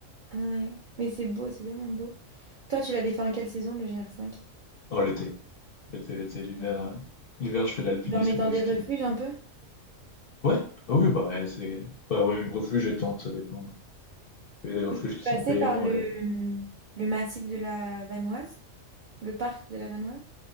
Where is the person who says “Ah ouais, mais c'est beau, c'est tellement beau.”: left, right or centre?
Right